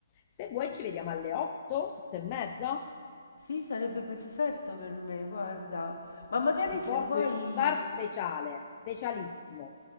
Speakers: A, on the left (about 30°); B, on the left (about 65°).
A: Se vuoi ci vediamo alle 8, 8 e mezza.
B: Sì, sarebbe perfetto per me, guarda. Ma magari
A: Ti porto
B: se vuoi...
A: in un bar speciale, specialissimo.